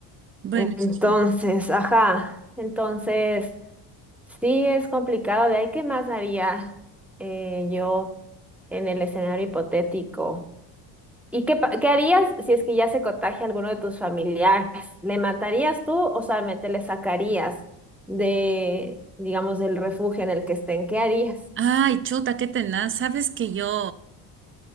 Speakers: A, on the right; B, in the centre.
A: Bueno,
B: Entonces,
A: eso sí.
B: ajá, entonces sí es complicado. De ahí, ¿qué más haría eh, yo en el escenario hipotético? ¿Y qué, pa- qué harías si es que ya se contagia alguno de tus familiares? ¿Le matarías tú o solamente le sacarías de, digamos, del refugio en el que estén? ¿Qué harías?
A: Ay, chuta, qué tenaz. Sabes que yo.